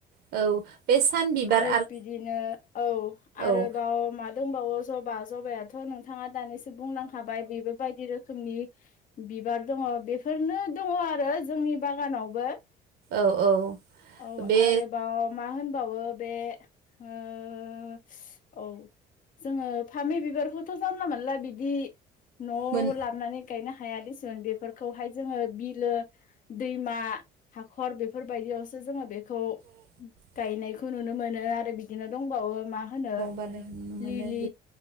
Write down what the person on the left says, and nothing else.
आरो बिदिनो औ आरोबाव
मा दंबावो जबा जबायाथ' नोंथाङा दानिसो बुंलांखाबाय बेबोबायदि रोखोमनि बिबार दङो बे नो दङो आरो जोंनि बागानावबो।
औ
आरो बाव ओ मा होनबावो बे ओ औ जोङो फामि बिबारखौथ' जानला मानला बिदि न'आव
लाबनानै गायनो हायादेसोन बेफोरखौहाय जोङो बिलो दैमा हाखर बेफोरबायदियावसो जोङो बेखौ
गायनायखौ नुनो मोनो आरो बिदिनो दंबावो मा होनो
लिलि